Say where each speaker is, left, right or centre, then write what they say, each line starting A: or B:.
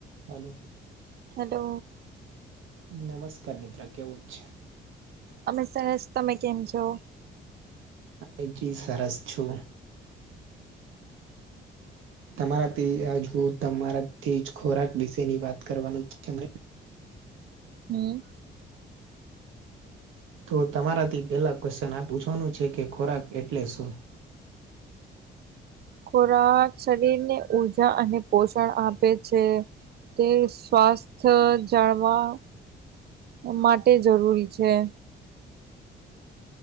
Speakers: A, on the right; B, on the right.
A: Hello
B: hello
A: નમસ્કાર મિત્ર કેવું જ છે.
B: અમે સરસ તમે કેમ છો.
A: હ ચી સરસ છુ. તમારાથી આજ હું તમારાથીજ ખોરાક વિશે ની વાત કરવાનું છે.
B: હમ્મ
A: તો તમારાથી પેલા ક્વેશ્ચન આ પૂછવાનું છે, કે ખોરાક એટલે શું
B: ખોરાક શરીરને ઉઊર્જા અને પોષણ આપે છે. તે સ્વાસ્થ જાળવા માટે જરૂરી છે.